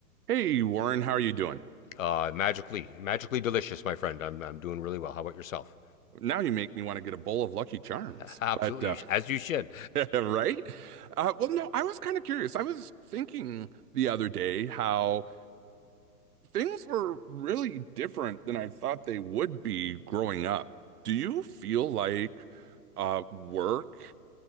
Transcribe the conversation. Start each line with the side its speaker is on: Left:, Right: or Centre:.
Right: Hey Warren, how are you doing?
Left: Uh, magically, magically delicious, my friend. I'm, I'm doing really well. How about yourself?
Right: Now you make me want to get a bowl of Lucky Charms.
Left: <laughs> Absolutely,
Right: But uh
Left: you sh- as you should.
Right: <laughs> right? Uh well no, I was kind of curious. I was thinking the other day how things were really different than I thought they would be growing up. Do you feel like uh work